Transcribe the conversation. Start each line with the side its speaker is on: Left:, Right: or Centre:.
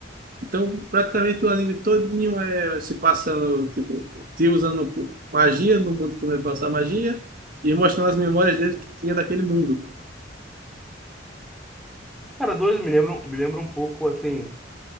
Right: Então, praticamente, o anime todinho é se passando, tipo, o tio usando magia no mundo que não é passar magia, e mostrando as memórias dele que tinha daquele mundo.
Centre: Cara, dois me lembram, me lembram um pouco, assim,